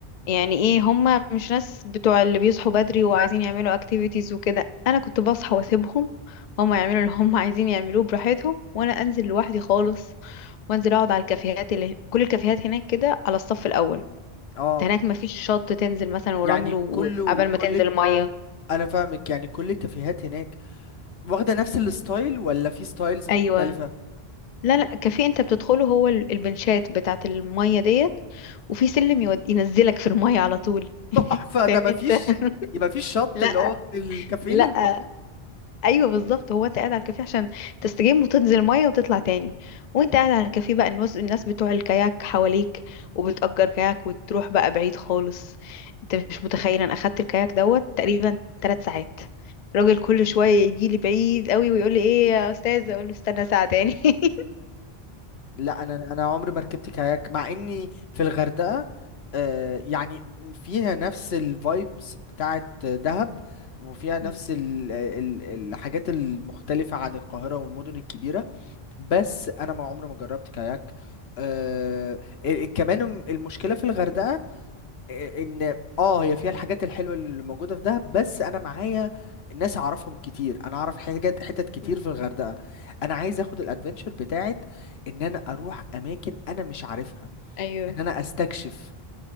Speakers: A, on the left; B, on the left.
A: يعني ايه هما مش ناس بتوع اللي بيصحوا بدري وعايزين يعملوا اكتيفيتيز وكده انا كنت بصحى واسيبهم هما يعملوا اللي هما عايزين يعملوه براحتهم وانا انزل لوحدي خالص وانزل اقعد على الكافيهات اللي كل الكافيهات هناك كده على الصف الاول
B: اه
A: انت هناك مفيش شط تنزل مثلا ورمل
B: يعني
A: وقبل
B: كله
A: ما
B: كل
A: تنزل مية
B: انا فاهمك يعني كل الكافيهات هناك واخده نفس الستايل ولا في ستايلز مختلفه
A: ايوه لا لا كافيه انت بتدخله هو ال- البنشات بتاعت المية ديت وفي سلم يود... ينزلك في المية على طول
B: <laughs> تحفه ده
A: فاهمني
B: مفيش
A: انت <laughs>
B: يبقى مفيش شط
A: لا
B: اللي هو من الكافيه
A: لا
B: للميه
A: ايوه بالظبط هو انت قاعد على الكافيه عشان تستجم وتنزل ميه وتطلع تاني وانت قاعد على الكافيه بقى الناس الناس بتوع الكاياك حواليك وبتأجر كاياك وتروح بقى بعيد خالص انت مش متخيل انا اخدت الكاياك دوت تقريبا ثلاث ساعات الراجل كل شويه يجي لي بعيد قوي ويقول لي ايه يا استاذه اقول له استنى ساعه تاني <laughs>
B: لا انا انا عمري ما ركبت كاياك مع اني في الغردقه آه يعني فيها نفس الفايبس بتاعه دهب وفيها نفس
A: مم.
B: ال ال الحاجات المختلفه عن القاهره والمدن الكبيره بس انا ما عمري ما جربت كاياك آه ال- كمان المشكله في الغردقه آه، ان اه هي فيها الحاجات الحلوه اللي موجوده في دهب بس انا معايا ناس اعرفهم كتير انا اعرف حاجات حتت كتير
A: مم.
B: في الغردقه انا عايز اخد الادفنتشر بتاعت ان انا اروح اماكن انا مش عارفها
A: ايوه
B: ان انا استكشف